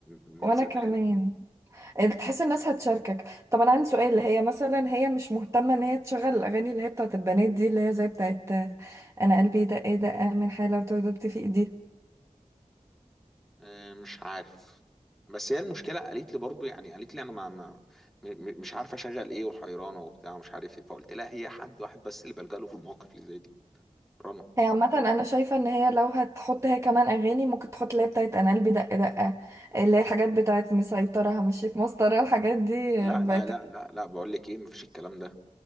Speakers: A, in the centre; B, on the right (about 25°).
A: من
B: وانا
A: زمان
B: كمان تحس الناس هتشاركك طب انا عندي سؤال هي مثلا هي مش مهتمة ان هي تشغل الاغاني اللي هي بتاعت البنات دي اللي هي زي بتاعت انا قلبي دق دق من حالة وتوه دبت في ايدي
A: آه، مش عارف بس هي المشكله قالت لي برضو يعني قالت لي انا ما, ما م- م- مش عارفه اشغل ايه وحيرانه وبتاع ومش عارف ايه فقلت لها هي حد واحد بس اللي بلجأ له في المواقف اللي زي دي رنا
B: هي عامة أنا شايفة إن هي لو هتحط هي كمان أغاني ممكن تحط اللي هي بتاعت أنا قلبي دق دقة اللي هي الحاجات بتاعت مسيطرة همشيك مسطرة الحاجات دي
A: لا
B: بقت
A: لا لا لا لا بقول لك ايه مفيش الكلام ده